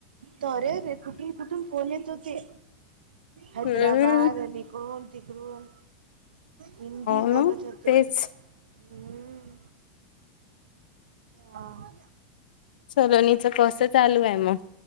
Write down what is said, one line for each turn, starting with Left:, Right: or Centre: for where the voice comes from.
Right: तरे रे कुठून कुठून फोन येत होते. हैदराबाद
Left: हम्म
Right: अनं इकडून तिकडून हिंदी
Left: हो
Right: बोलत होते
Left: तेच
Right: हम्म हा
Left: सलोनीच कस चालू आहे म